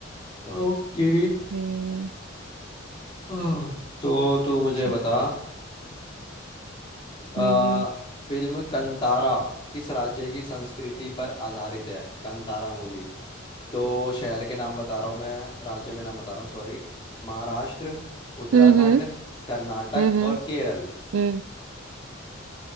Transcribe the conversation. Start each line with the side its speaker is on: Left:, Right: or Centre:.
Left: ओके
Right: हम्म
Left: हाँ। तो तू
Right: पूछो
Left: मुझे बता आ,
Right: हम्म हम्म
Left: फिल्म कंतारा किस राज्य की संस्कृति पर आधारित है कंतारा मूवी तो शहर के नाम बता रहा हूँ मैं राज्यों के नाम बता रहा हूँ सॉरी महाराष्ट्र उत्तराखंड
Right: हम्म
Left: कर्नाटक
Right: हम्म हम्म
Left: और केरल
Right: हम्म,